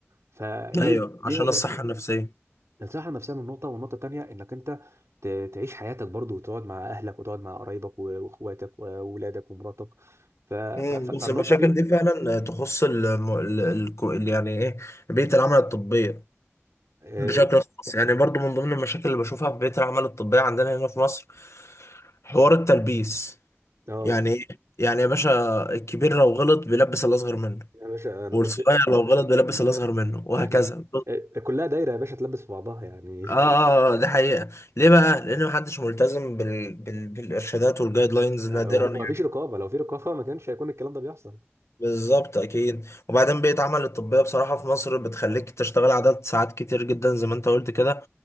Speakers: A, on the right (about 75°); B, on the left (about 75°).
A: فليه
B: ايوه
A: ليه
B: عشان
A: هو بيعمل
B: الصحة
A: كده؟
B: النفسية
A: الصحه النفسيه من نقطه والنقطه الثانيه انك انت ت- تعيش حياتك برضو وتقعد مع اهلك وتقعد مع قرايبك و- واخواتك واولادك ومراتك ف... ف...
B: مم.
A: ف...
B: بس
A: فالنقطه
B: المشاكل
A: دي
B: دي فعلا تخص الم... ال... ال... ال- يعني ايه بيئة العمل الطبية
A: اه
B: بشكل خاص يعني برضو من ضمن المشاكل اللي بشوفها في بيئة العمل الطبية عندنا هنا في مصر حوار التلبيس
A: آه،
B: يعني ايه يعني يا باشا الكبير لو غلط بيلبس الأصغر منه
A: يا باشا انا
B: والصغير
A: كنت
B: لو غلط بيلبس الأصغر منه وهكذا
A: احنا آه، كلها دايره يا باشا تلبس في بعضها يعني
B: اه اه آه، ده حقيقة ليه بقى لان محدش ملتزم بال... بال... بالارشادات والجايد لاينز
A: <laughs> آه،
B: نادرا
A: وما وما
B: يعني
A: فيش رقابه لو في رقابه ما كانش هيكون الكلام ده بيحصل
B: بالظبط اكيد وبعدين بيئة عمل الطبية بصراحة في مصر بتخليك تشتغل عدد ساعات كتير جدا زي ما انت قلت كده